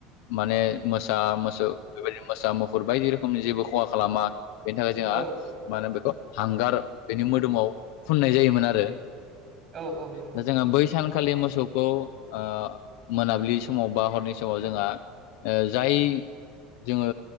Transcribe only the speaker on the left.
माने मोसा मोसौ बेबायदिनो मोसा मुफुर बायदि रोखोमनि जेबो खहा खालामा बेनि थाखाय जोंहा
मा होनो बेखौ हांगार बेनि मोदोमाव फुननाय जायोमोन आरो।
दा जोंहा बै सान खालि मोसौखौ ओ मोनाबिलि समाव बा हरनि समाव जोंहा ओ जाय जोङो